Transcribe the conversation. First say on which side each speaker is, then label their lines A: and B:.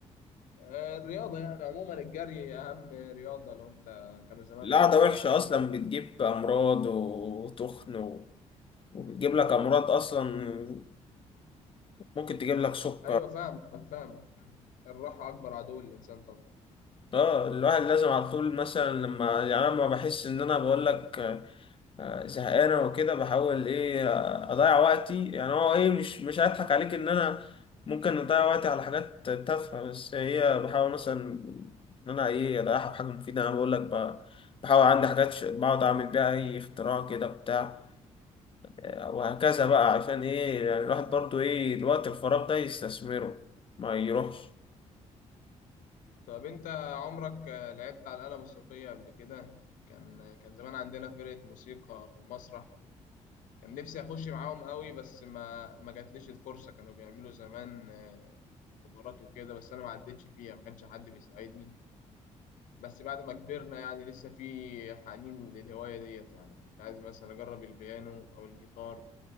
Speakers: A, on the left; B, on the left.
A: آه الرياضة يعني عموما الجري أهم رياضة لو أنت كانوا زمان
B: القعدة
A: بيقولوا
B: وحشة
A: لنا عنها
B: أصلا
A: كده
B: بتجيب أمراض وتخن و... وبتجيب لك أمراض أصلا ممكن تجيب لك سكر
A: أيوة فاهمك فاهمك الراحة أكبر عدو للإنسان طبعا
B: اه الواحد لازم على طول مثلا لما يعني أنا لما بحس ان انا بقول لك آه، زهقانه وكده بحاول ايه آه، اضيع وقتي يعني هو ايه مش مش هضحك عليك ان انا ممكن اضيع وقتي على حاجات تافهه بس هي بحاول مثلا ان انا ايه اضيعها في حاجه مفيده انا بقول لك ب- بحاول عندي حاجات ش- بقعد اعمل بيها اي اختراع كده بتاع آه، وهكذا بقى عشان ايه يعني الواحد برضو ايه الوقت الفراغ ده يستثمره ما يروحش
A: طب انت عمرك آه، لعبت على آلة موسيقية قبل كده كان كان زمان عندنا فرقة موسيقى في المسرح كان نفسي اخش معاهم قوي بس ما ما جاتليش الفرصة كانوا بيعملوا زمان آه، اختبارات وكده بس انا ما عدتش فيها ما كانش حد بيساعدني بس بعد ما كبرنا يعني لسه في حنين للهواية ديت يعني كنت عايز مثلا اجرب البيانو او الجيتار